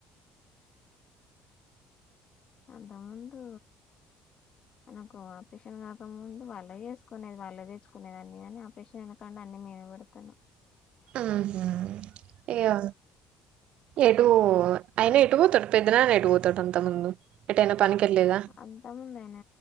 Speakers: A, on the left; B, on the right.
A: అంత ముందు నాకు ఆపరేషన్ కాకముందు వాల్ల చేసుకునేది వాల్ల తెచ్చుకునే దాన్ని గాని ఆపరేషన్ అయిన కాని అన్ని మీద పడతను
B: మ్ హు ఎటూ అయిన ఎటు పోతాడు పెద్దన్నాన ఎటు పోతాడు అంత ముందు ఎటైనా పనికెళ్ళేదా
A: అంతా ముందాయన